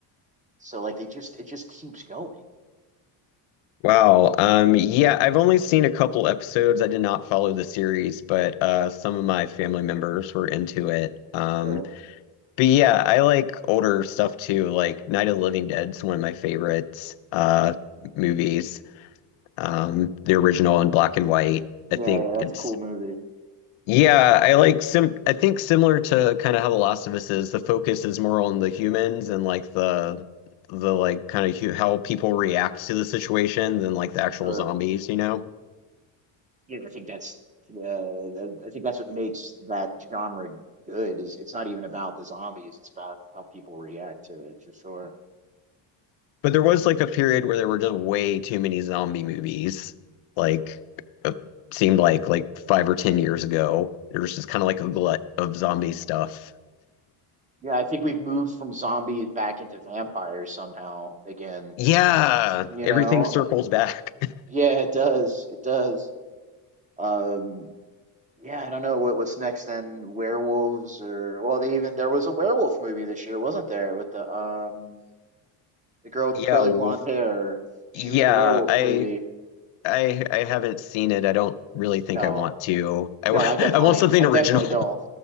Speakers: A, on the right; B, on the left.
A: So like they just it just keeps going.
B: Wow. Um, yeah, I've only seen a couple episodes. I did not follow the series, but uh, some of my family members were into it. Um,
A: Sure.
B: but yeah, I like older stuff too. Like Night of the Living Dead's one of my favorites uh, movies. Um, the original in black and white. I
A: Yeah,
B: think
A: yeah, that's
B: it's
A: a cool movie.
B: yeah. I like sim. I think similar to kind of how The Last of Us is. The focus is more on the humans and like the the like kind of hu how people react to the situation than like the actual
A: Sure.
B: zombies, you know?
A: Yeah, I think that's yeah, I think that's what makes that genre good is it's not even about the zombies, it's about how people react to it for sure.
B: But there was like a period where there were just way too many zombie movies. Like it seemed like like five or ten years ago, there was just kind of like a glut of zombie stuff.
A: Yeah, I think we've moved from zombies back into vampires somehow again.
B: Yeah,
A: You
B: everything
A: know?
B: circles
A: Uh,
B: back. <laughs>
A: Yeah, it does. It does. Um, yeah, I don't know what what's next then. Werewolves or well, they even there was a werewolf movie this year, wasn't there? With the um the girl with
B: Yeah,
A: the curly
B: Wolf.
A: blonde hair. She
B: Yeah,
A: was in a werewolf
B: I
A: movie.
B: I I haven't seen it. I don't really think
A: No.
B: I want to. I
A: No,
B: want
A: I definitely
B: <laughs> I want something
A: I
B: original.
A: definitely don't.